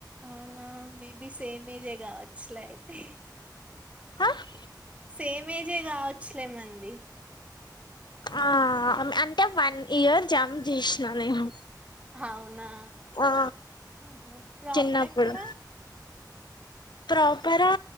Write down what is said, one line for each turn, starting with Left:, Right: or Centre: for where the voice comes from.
Right: అవునా మేబి సేమ్ ఏజే కావచ్చులే అయితే.
Left: ఆహ్.
Right: సేమ్ ఏజే కావచ్చులే మనది.
Left: ఆమ్ అం అంటే వన్ ఇయర్ జంప్ జేష్ణ్ నేను.
Right: అవునా.
Left: ఆ
Right: ఆహా ప్రాపర్
Left: చిన్నప్పుడు
Right: ఎక్కడా.
Left: ప్రాపరా